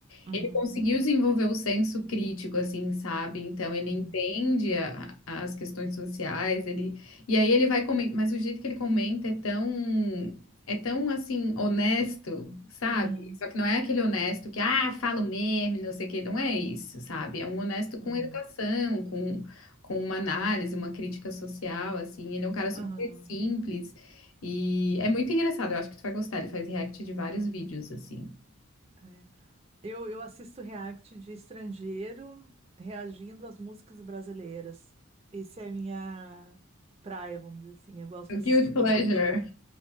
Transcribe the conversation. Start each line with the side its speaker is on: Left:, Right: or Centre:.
Right: uhum,
Left: ele conseguiu desenvolver o senso crítico, assim, sabe? Então ele
Right: uhum,
Left: entende a- a- as questões sociais, ele e aí ele vai comentar, mas o jeito que ele comenta é tão é tão assim honesto, sabe?
Right: uhum,
Left: Só que não é aquele honesto que ah, falo mesmo, não sei o quê, não é isso, sabe? É um honesto com
Right: uhum,
Left: educação, com com uma análise, uma crítica social, assim. Ele é um cara super
Right: uhum,
Left: simples e é muito engraçado. Eu acho que tu vai gostar. Ele faz react de vários vídeos, assim.
Right: é. Eu, eu assisto react de estrangeiro reagindo às músicas brasileiras. Essa é a minha praia, vamos dizer assim. Eu gosto
Left: O
Right: de assistir
Left: Guilty Pleasure.
Right: bastante do...